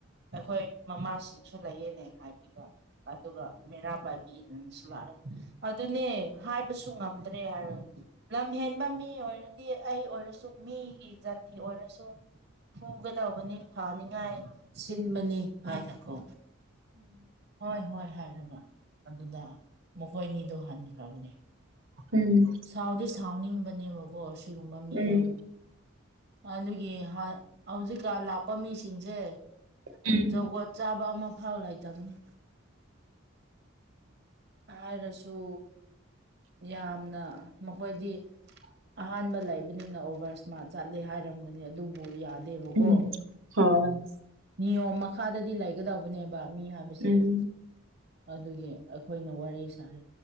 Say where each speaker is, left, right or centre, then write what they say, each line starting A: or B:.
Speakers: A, on the right; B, on the right.
A: ꯑꯩꯈꯣꯏ ꯃꯃꯥꯁꯤꯡꯁꯨ ꯂꯩꯌꯦꯅꯦ ꯍꯥꯏꯕꯤꯕ ꯑꯗꯨꯒ ꯃꯩꯔꯥ ꯄꯥꯏꯁꯨ ꯂꯩ ꯄꯤꯅꯁꯨ ꯂꯥꯛꯔꯒ ꯑꯗꯨꯅꯦ ꯍꯥꯏꯕꯁꯨ ꯉꯝꯗ꯭ꯔꯦ ꯍꯥꯏꯔꯒ ꯂꯝ ꯍꯦꯟꯕ ꯃꯤ ꯑꯣꯏꯔꯗꯤ ꯑꯩ ꯑꯣꯏꯔꯁꯨ ꯃꯤꯒꯤ ꯖꯥꯇꯤ ꯑꯣꯏꯔꯁꯨ ꯐꯨꯒꯗꯧꯕꯅꯤ ꯐꯥꯅꯤꯡꯉꯥꯏ ꯁꯤꯟꯕꯅꯤ ꯍꯥꯏꯅꯀꯣ ꯍꯣꯏ ꯍꯣꯏ ꯍꯥꯏꯔꯒ ꯑꯗꯨꯗ ꯃꯈꯣꯏꯅꯤꯗꯣ ꯍꯟꯈ꯭ꯔꯕꯅꯦ
B: ꯎꯝ
A: ꯁꯥꯎꯗꯤ ꯁꯥꯎꯅꯤꯡꯕꯅꯦꯕꯀꯣ ꯁꯤꯒꯨꯝꯕ ꯃꯤꯗꯣ
B: ꯎꯝ
A: ꯑꯗꯨꯒꯤ ꯍꯥꯟ ꯍꯧꯖꯤꯛꯀꯥꯟ ꯂꯥꯛꯄ ꯃꯤꯁꯤꯡꯁꯦ
B: ꯎꯝ
A: ꯖꯧꯒꯣꯠ ꯆꯥꯕ ꯑꯃ ꯐꯥꯎ ꯂꯩꯇꯕꯅꯤ ꯍꯥꯏꯔꯁꯨ ꯌꯥꯝꯅ ꯃꯈꯣꯏꯗꯤ ꯂꯧꯗꯦ ꯑꯍꯥꯟꯕ ꯂꯩꯕꯅꯤꯅ ꯑꯣꯚꯔꯁ꯭ꯃꯥꯔꯠ ꯆꯠꯂꯦ ꯍꯥꯏꯔꯝꯒꯅꯤ ꯑꯗꯨꯕꯨ ꯌꯥꯗꯦꯕꯀꯣ
B: ꯎꯝ ꯎꯝ ꯍꯣꯏ
A: ꯅꯤꯌꯣꯝ ꯃꯈꯥꯗꯗꯤ ꯂꯩꯒꯗꯧꯕꯅꯦꯕ ꯃꯤ ꯍꯥꯏꯕꯁꯦ
B: ꯎꯝ
A: ꯑꯗꯨꯒꯤ ꯑꯩꯈꯣꯏꯅ ꯋꯥꯔꯤ ꯁꯥꯔꯦ